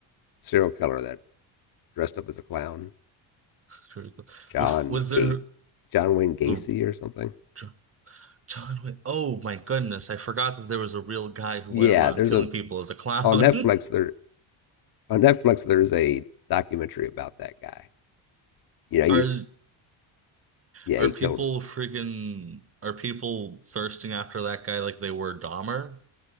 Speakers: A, on the left; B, on the right.
A: serial killer that dressed up as a clown,
B: It's really cool.
A: John
B: Was was there
A: Gate, John Wayne Gacy
B: the
A: or something.
B: Jo- John Wick? Oh my goodness, I forgot that there was a real guy who
A: Yeah,
B: went around
A: there's
B: killing
A: a
B: people as a clown.
A: on Netflix. There on Netflix there's a documentary about that guy.
B: <laughs>
A: You know, he's
B: Are
A: yeah
B: are
A: he
B: people
A: killed
B: freaking are people thirsting after that guy like they were Dahmer?